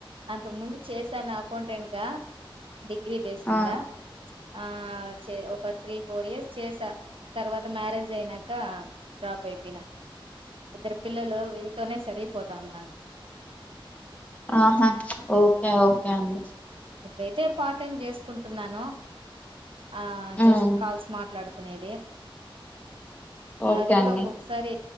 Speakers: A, on the right; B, on the left.
A: అంతకు ముందు చేశాను అకౌంటెంట్గా డిగ్రీ బేస్ంద
B: ఆ
A: ఆ చే ఒక త్రీ ఫోర్ ఇయర్స్ చేసా తర్వాత మ్యారేజ్ అయినాక డ్రాప్ అయిపోయినా ఇద్దరు పిల్లలు వీళ్ళతోనే సరపోతాంది నాకు
B: ఆహా ఓకే ఓకే అండి
A: ఇయితే పార్ట్ టైం చేసుకుంటున్నానో ఆ జస్ట్
B: ఉమ్
A: కాల్స్ మాట్లాడు కోనేదే
B: ఓకే
A: అది కూడా
B: అండి
A: ఒక్కసారి